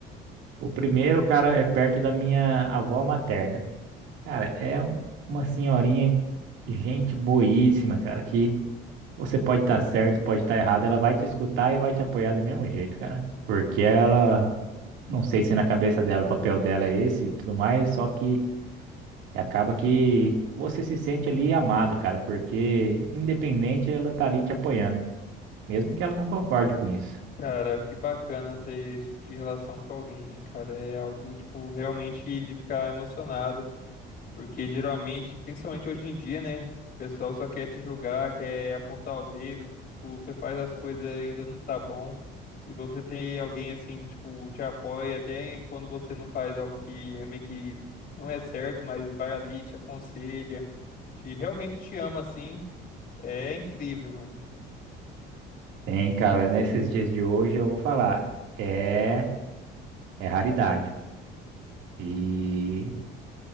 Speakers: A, on the right (about 75°); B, on the left (about 50°).
A: O primeiro, cara, é perto da minha avó materna. Cara, é um- uma senhorinha, gente boíssima, cara, que você pode estar certo, pode estar errado, ela vai te escutar e vai te apoiar do mesmo jeito, cara. Porque ela, não sei se na cabeça dela o papel dela é esse e tudo mais, só que acaba que você se sente ali amado, cara, porque independente ela tá ali te apoiando, mesmo que ela não concorde com isso.
B: Cara, que bacana ter esse tipo de relação com alguém, cara. É algo, tipo, realmente de ficar emocionado. Porque geralmente, principalmente hoje em dia, né? O pessoal só quer te julgar, quer apontar o dedo, tipo, você faz as coisas e ainda não tá bom. E você tem alguém assim que, tipo, te apoia até quando você não faz algo que é meio que não é certo, mas vai ali, te aconselha, te realmente te ama assim. É incrível, mano.
A: Tem, cara, nesses dias de hoje eu vou falar, é, é raridade. E